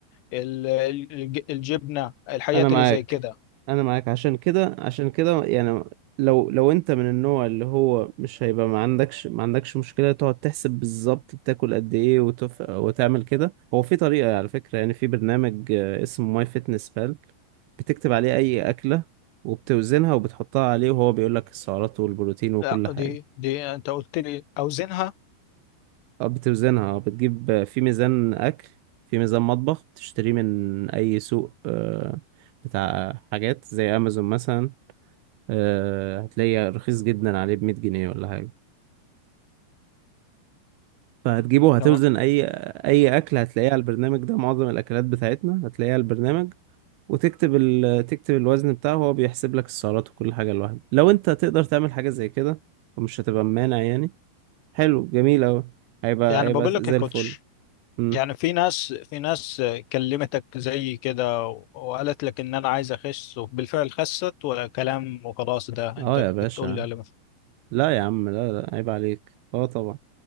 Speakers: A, on the left; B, on the right.
A: ال- ال- الجبنة الحاجات
B: انا معاك
A: اللي زي كده
B: انا معاك عشان كده عشان كده يعني لو لو انت من النوع اللي هو مش هيبقى ما عندكش ما عندكش مشكله تقعد تحسب بالظبط بتاكل قد ايه وتف... وتعمل كده هو في طريقه على فكره يعني في برنامج آه، اسمه ماي فيتنس بال بتكتب عليه اي اكله وبتوزنها وبتحطها عليه وهو بيقول لك السعرات والبروتين وكل
A: لا
B: حاجه
A: دي دي انت قلت لي اوزنها
B: اه بتوزنها اه بتجيب آه، في ميزان اكل في ميزان مطبخ بتشتريه من اي سوق آه، بتاع حاجات زي امازون مثلا آه، هتلاقيه رخيص جدا عليه بمية جنيه ولا حاجة فهتجيبه هتوزن
A: تمام
B: أي أي أكل هتلاقيه على البرنامج ده معظم الأكلات بتاعتنا هتلاقيها على البرنامج وتكتب ال... تكتب الوزن بتاعه هو بيحسب لك السعرات وكل حاجة لوحده لو أنت تقدر تعمل حاجة زي كده ومش هتبقى مانع يعني حلو جميل أوي هيبقى
A: يعني
B: هيبقى
A: بقول لك
B: زي
A: يا كوتش
B: الفل مم.
A: يعني في ناس في ناس كلمتك زي كده وقالت لك ان انا عايز اخس وبالفعل خست ولا كلام وخلاص ده
B: اه
A: انت
B: يا باشا
A: بتقول لي على- ما-
B: لا يا عم لا لا عيب عليك اه طبعا